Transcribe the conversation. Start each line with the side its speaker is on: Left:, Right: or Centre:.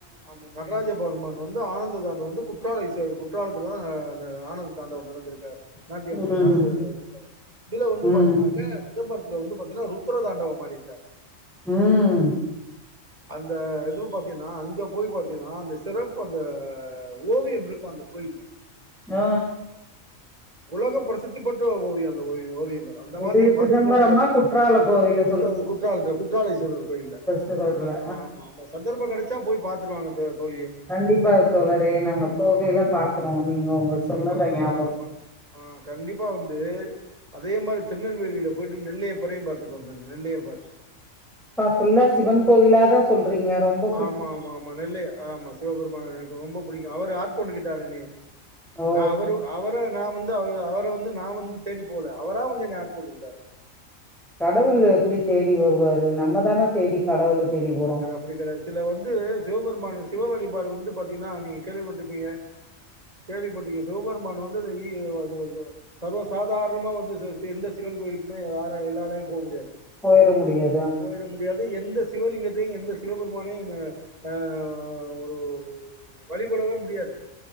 Right: ஆமா நடராஜ பர்மன் வந்து ஆனந்த தாண்டவ வந்து குற்றால ஈஸ்வர குற்றாலத்துலதா அந்த ஆனந்த தாண்டவ நடந்திருக்கு. நாட்டியம்மு
Centre: ம்,
Right: நடதேனு இருக்க இதுல வந்து
Centre: ம், ம்,
Right: பாத்திங்கன்னாக்க சிதம்பரத்துல வந்து பாத்திங்கனா ருத்ர தாண்டவம் ஆடிருக்கார்.
Centre: ம்.
Right: அந்த இதுவு பாத்தீனா அங்க போய் பாத்தீனா அந்த சிறப்பு அந்த ஓவியம் இருக்கு அந்த கோயில்ல.
Centre: அ.
Right: உலக பிரசித்திப்பெற்ற ஓவியோ அந்த ஓவிய ஓவியங்கள். அ அந்த மார்
Centre: எது
Right: நீங்க
Centre: சிதம்பரமா,
Right: பாத்துருக்கவே முடியாது
Centre: குற்றால கோவில
Right: குற்ற குற்றாலத்துல குற்றால ஈஸ்வரர் கோயில்ல.
Centre: பிற இதுல.
Right: ஆ ஆமா ஆமா சந்தர்ப்போ கெடைச்சா போய் பாத்துட்டுவாங்க தோ தோழியே.
Centre: கண்டிப்பா தோழரே நாங்க போகையில
Right: ஆமா ஆமா
Centre: பாக்குறோ நீங்க உங்க
Right: கண்டிப்பா
Centre: சொன்னத
Right: ஆ,
Centre: ஞாபகொ.
Right: ஆமா ஆ கண்டிப்பா வந்து அதே மாரி திருநெல்வேலில போயிட்டு நெல்லையப்பரையும் பாத்துட்டு வந்துருங்க நெல்லையப்பர்.
Centre: ப்பா ஃபுல்லா சிவன் கோவிலாதா ஸ் சொல்றீங்க ரொம்போ
Right: ஆமா ஆமா ஆமா நெல்லைய ஆமா சிவபெருமான் எனக்கு ரொம்போ புடிக்கு அவர் ஆட் கொண்டு கிட்டாரு என்னைய.
Centre: ஓ
Right: நா அவரு அவர நா வந்து அவ அவர வந்து நா வந்து தேடி போல அவரா வந்து என்ன ஆட்கொண்டுக்கிட்டார்.
Centre: கடவுள் எப்பிடி தேடி வருவாரு நம்ம தான தேடி கடவுள தேடி போறோ.
Right: அப்டி கெடையாது சில வந்து சிவபெருமானு சிவ வழிபாடு வந்து பாத்தீங்கனா நீங்க கேள்விப்பட்ருப்பீங்க. கேள்விப்பட்ருகிங்க சிவபெருமான் வந்து அது இ அதுவு அது அது சர்வ சாதாரணமா வந்து சில சி எந்த சிவன் கோயிலுக்குமே யாரா எல்லாலயு போ முடியாது.
Centre: போயிற முடியா
Right: போயிற முடியா து எந்த சிவலிங்கத்தையு எந்த சிவபெருமானையு ந அ ஒரு வழிபடவே முடியாது